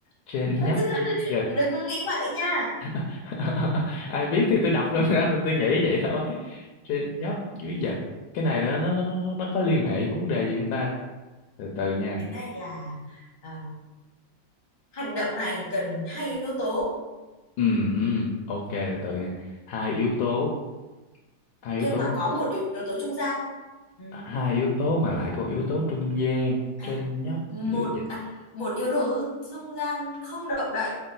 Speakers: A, on the left; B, on the left.
A: trên <laughs>
B: Ôi,
A: nhấp
B: chứ-
A: dưới
B: chứ-
A: giật
B: đừng có nghĩ bậy nha
A: <laughs> ai biết thì tôi đọc lên <laughs> đó thì tôi nghĩ vậy thôi trên nhấp dưới giật cái này nó nó nó nó có liên hệ của vấn đề gì chúng ta từ từ nha
B: cái này là à, hành động này cần hai yếu tố
A: ừ hử, ok từ từ nha hai yếu tố hai
B: nhưng
A: yếu tố
B: mà có một yếu tố trung gian ừ.
A: hai yếu tố mà lại có một yếu tố trung gian
B: à
A: trên nhấp
B: một
A: dưới giật
B: à, một yếu tố dung gian không động đậy